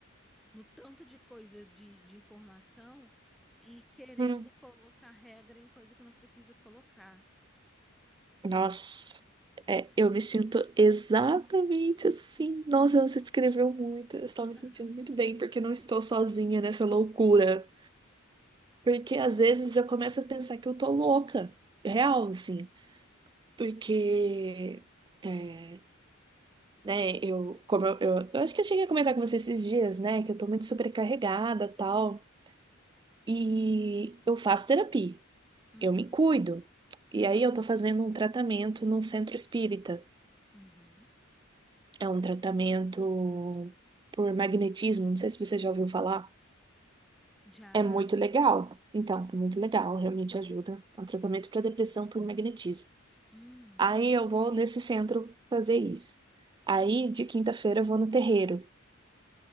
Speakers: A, in the centre; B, on the right.
A: no tanto de coisa de, de informação e querendo
B: Hum.
A: colocar regra em coisa que não precisa colocar.
B: Nossa, é, eu me sinto exatamente assim. Nossa, você descreveu muito. Eu estou me
A: Aham.
B: sentindo muito bem porque eu não estou sozinha nessa loucura. Porque às vezes eu começo a pensar que eu tô louca. Real,
A: Uhum,
B: assim. Porque,
A: uhum,
B: é, né, eu, como eu, eu, eu acho que eu cheguei a comentar com você esses dias, né, que eu tô muito sobrecarregada tal. E eu faço terapia.
A: uhum,
B: eu me cuido. E aí eu tô fazendo um tratamento num centro espírita.
A: uhum.
B: É um tratamento por magnetismo, não sei se você já ouviu falar.
A: Já.
B: É muito legal. Então, é muito legal, realmente ajuda. É um tratamento para depressão por magnetismo.
A: Hum,
B: Aí eu vou nesse centro fazer isso. Aí de quinta-feira eu vou no terreiro.